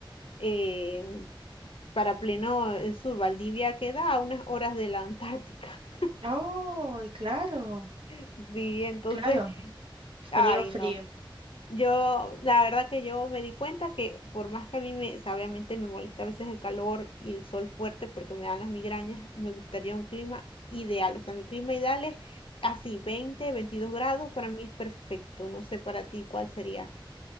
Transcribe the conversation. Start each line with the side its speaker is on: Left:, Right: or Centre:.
Left: em, para pleno eh, sur. Valdivia queda a unas horas de la Antártica.
Right: Ay, claro,
Left: <laughs> Sí, entonces,
Right: claro. Frío,
Left: ay,
Right: frío.
Left: no. Yo, la verdad que yo me di cuenta que por más que a mí me, o sea, obviamente me molesta a veces el calor y el sol fuerte porque me dan las migrañas, me gustaría un clima ideal. O sea, mi clima ideal es así, 20, 22 grados, para mí es perfecto. No sé para ti cuál sería.